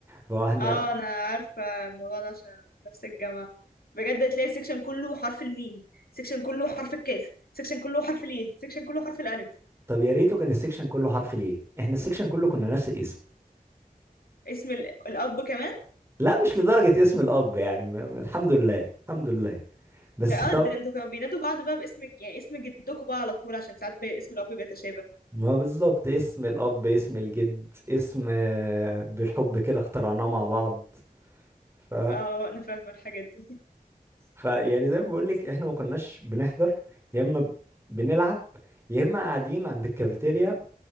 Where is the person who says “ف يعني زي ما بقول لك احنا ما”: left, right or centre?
Right